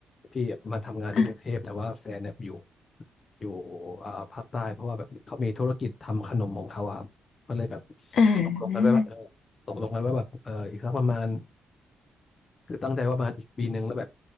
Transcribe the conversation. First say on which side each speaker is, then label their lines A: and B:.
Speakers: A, on the left; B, on the left.
A: พี่มาทำงานที่กรุงเทพแต่ว่าแฟนเนี่ยอยู่
B: อ่า
A: อยู่เอ่อภาคใต้เพราะว่าแบบเขามีธุรกิจทำขนมของเขาอะครับก็เลยแบบ
B: อ่า
A: ตกลงกันไว้ว่าเออตกลงกันไว้แบบเอออีกสักประมาณคือตั้งใจว่าประมาณอีกปีหนึ่งแล้วแบบ